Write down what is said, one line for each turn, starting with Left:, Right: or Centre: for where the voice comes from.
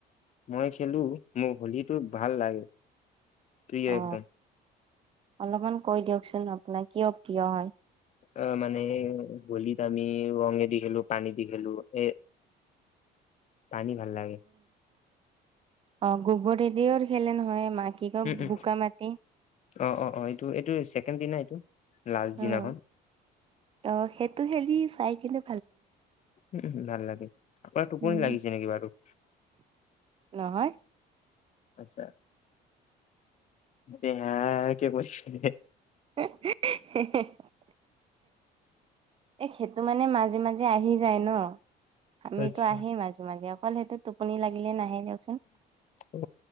Left: মই খেলো, মোৰ হলিটো ভাল লাগে। প্ৰিয়
Right: অ
Left: একদম
Right: অলপমান কৈ দিয়কচোন আপোনাৰ কিয় প্ৰিয় হয়?
Left: অ মানে হোলীত আমি ৰং দি খেলো পানী দি খেলো এ পানী ভাল লাগে
Right: অ গোবৰেদিও খেলে নহয় মাক কি কয়
Left: উম উম
Right: বোকা মাটি।
Left: অ', অ', অ', এইটো এইটো ছেকেণ্ড দি না এইটো। লাষ্ট দিনাখন
Right: অ'। অ'। সেইটো খেলি চাইকিনে
Left: উমম ভাল লাগে। আপোনাৰ টোপনি
Right: উম
Left: লাগিছে নেকি বাৰু?
Right: নহয়
Left: আচ্ছা। হে হায়। কি <unintelligible>
Right: <unintelligible> এ, সেইটো মানে মাজ মাজে মাজে আহি যায় ন? হামিতো
Left: আচ্ছা
Right: আহেই মাজে মাজে, অকল সেইটোত টোপনি লাগিলে নাহে দিয়কচোন।
Left: অ